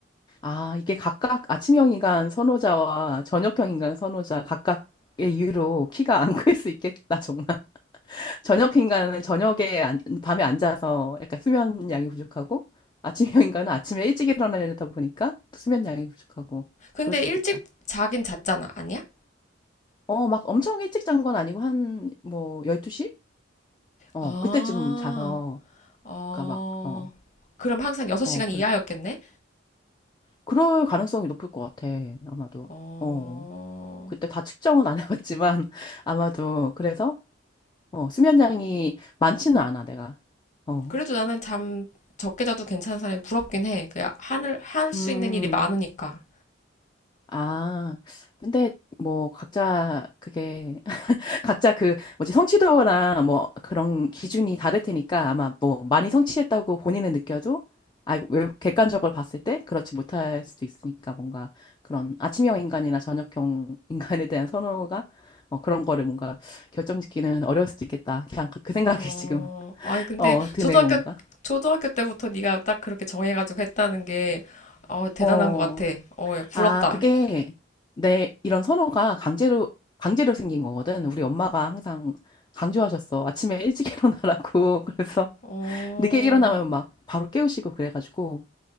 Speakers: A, on the left; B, on the left.
A: 아, 이게 각각 아침형 인간 선호자와 저녁형 인간 선호자 각각의 이유로 키가 안 클 수 있겠다, 정말. <laughs> 저녁 인간은 저녁에 안, 밤에 앉아서 약간 수면 양이 부족하고, 아침형 인간은 아침에 일찍 일어나려다 보니까 수면 양이 부족하고,
B: 근데
A: 그럴 수
B: 일찍
A: 있겠다.
B: 자긴 잤잖아. 아니야?
A: 어, 막 엄청 일찍 잔 건 아니고, 한, 뭐, 12시? 어,
B: 아,
A: 그때쯤 자서,
B: 어,
A: 그니까 막, 어,
B: 그럼 항상 6시간
A: 어, 그래.
B: 이하였겠네?
A: 그럴 가능성이 높을 것 같아, 아마도.
B: 어,
A: 어, 그때 다 측정은 안 해봤지만, <laughs> 아마도. 그래서, 어, 수면량이 많지는 않아, 내가. 어.
B: 그래도 나는 잠 적게 자도 괜찮은 사람이 부럽긴 해. 그냥 하늘, 할 수
A: 음,
B: 있는 일이 많으니까.
A: 아, 근데 뭐, 각자 그게 각자 그 뭐지 성취도나 뭐 그런 기준이 다를 테니까 아마 뭐 많이 성취했다고 본인은 느껴도 아, 왜 객관적으로 봤을 때 그렇지 못할 수도 있으니까 뭔가 그런 아침형 인간이나 저녁형 <laughs> 인간에 대한 선호가 어, 그런 거를 뭔가 결정짓기는 어려울 수도 있겠다. 그냥 그, 그 생각이
B: 어,
A: 지금
B: 아니
A: <laughs>
B: 근데
A: 어, 드네
B: 초등학교
A: 뭔가.
B: 초등학교 때부터 네가 딱 그렇게 정해가지고 했다는 게 어, 대단한
A: 어.
B: 것 같아. 어, 예, 부럽다.
A: 아, 그게 내 이런 선호가 강제로 강제로 생긴 거거든. 우리 엄마가 항상 강조하셨어. 아침에 일찍 <laughs> 일어나라고. 그래서
B: 어,
A: 늦게 일어나면 막 바로 깨우시고 그래가지고